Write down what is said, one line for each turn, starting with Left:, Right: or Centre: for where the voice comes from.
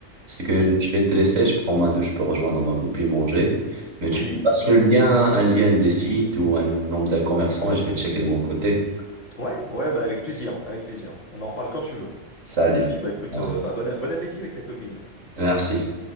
Right: c'est que
Left: Mhm.
Right: je vais te laisser, je prends ma douche pour rejoindre ma copine manger, mais
Left: Oui,
Right: tu me passes
Left: bien sûr.
Right: le lien, un lien des sites ou un nombre de commerçants et je vais checker de mon côté.
Left: Ouais, ouais, bah avec plaisir, avec plaisir. On en reparle quand tu veux.
Right: Salut.
Left: Et puis bah écoute,
Right: Au
Left: euh,
Right: revoir.
Left: bah, bon, bon appétit avec ta copine.
Right: Merci.